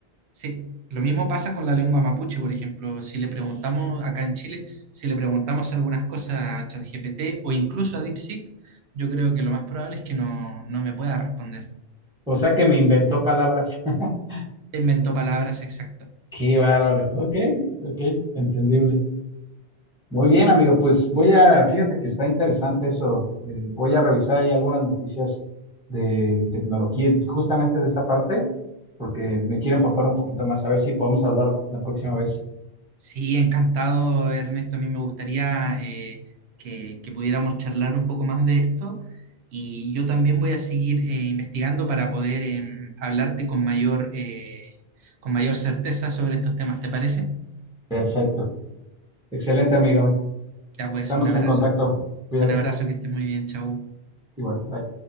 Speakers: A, on the right; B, in the centre.
A: Sí, lo mismo pasa con la lengua mapuche, por ejemplo. Si le preguntamos acá en Chile, si le preguntamos algunas cosas a ChatGPT o incluso a DeepSeek, yo creo que lo más probable es que no, no me pueda responder.
B: O sea que me inventó palabras. <laughs>
A: Inventó palabras exactas.
B: Qué bárbaro. Ok, ok, entendible. Muy bien, amigo, pues voy a, fíjate que está interesante eso. Eh, voy a revisar ahí algunas noticias de tecnología, y justamente de esa parte, porque me quiero empapar un poquito más, a ver si podemos hablar la próxima vez.
A: Sí, encantado, Ernesto. A mí me gustaría eh, que, que pudiéramos charlar un poco más de esto y yo también voy a seguir eh, investigando para poder em, hablarte con mayor, eh, con mayor certeza sobre estos temas. ¿Te parece?
B: Perfecto. Excelente, amigo.
A: Ya pues,
B: Estamos
A: un abrazo.
B: en contacto. Cuídate.
A: Un abrazo, que estés muy bien. Chau.
B: Igual, bye.